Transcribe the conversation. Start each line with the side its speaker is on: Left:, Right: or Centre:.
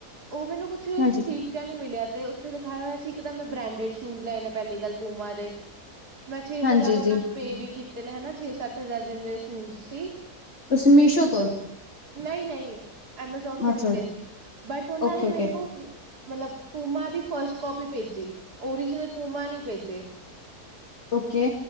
Right: ਉਹ ਮੈਨੂੰ ਕੁਛ ਠੀਕ,
Left: ਹਾਂਜੀ
Right: ਅੱਚਾ ਨੀ ਮਿਲਿਆ ਤੇ ਉੱਤੇ ਦਿਖਾਇਆ ਹੋਇਆ ਸੀ, ਇੱਕ ਤਾਂ ਮੈਂ ਬ੍ਰਾਂਡਡ ਸ਼ੂਜ ਲਏ ਨੇ ਪਹਿਲੀ ਗੱਲ ਪੂਮਾ ਦੇ। ਮੈਂ ਛੇ
Left: ਹਾਂਜੀ
Right: ਹਜ਼ਾਰ ਉਹਨਾ
Left: ਜੀ
Right: ਨੂੰ ਪੇ ਵੀ ਕੀਤੇ ਨੇ, ਹਨਾ ਛੇ ਸੱਤ ਹਜ਼ਾਰ ਜਿੰਨੇ ਦੇ ਸ਼ੂਜ ਸੀ।
Left: ਤੁਸੀਂ ਮੀਸ਼ੋ ਤੋਂ
Right: ਨਹੀਂ -ਨਹੀਂ। ਅਮਾਜ਼ੋਨ ਤੋਂ
Left: ਅੱਛਾ
Right: ਕੀਤੇ ਸੀ, ਬਟ ਉਹਨਾਂ
Left: ਓਕੇ
Right: ਨੇ
Left: ਓਕੇ
Right: ਮੈਨੂੰ। ਮ ਮਤਲਬ ਪੂਮਾ ਦੀ ਫਸਟ ਕੋਪੀ ਭੇਜੀ। ਓਰੀਜਨਲ ਪੂਮਾ ਨੀ ਭੇਜੇ।
Left: ਓਕੇ।